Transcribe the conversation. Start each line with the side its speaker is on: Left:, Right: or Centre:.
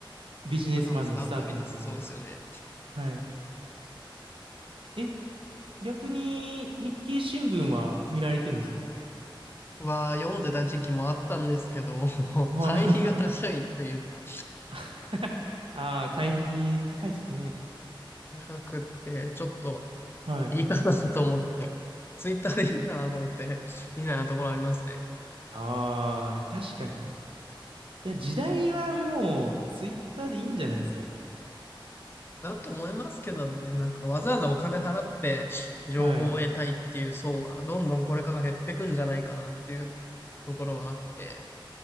Right: ビジネスマンのスタートみたいな。
Left: 朝のスタートとか今そうですよね。
Right: はい。え、逆に日経新聞は見られてるんですか
Left: は読んでた時期もあったんですけど、<laughs>
Right: はい。
Left: 会費が高いというか、
Right: <laughs> ああ、会費高いですね。
Left: 高くって、ちょっと
Right: はい。
Left: いいかなと思って、ツイッターでいいかなと思って、みたいなところありますね。
Right: ああ、いや、確かに。いや、時代はもうツイッターでいいんじゃないですか。
Left: だと思いますけどね。なんかわざわざお金払って情報を得たいっていう層はどんどんこれから減ってくんじゃないかなっていうところはあって、
Right: はい。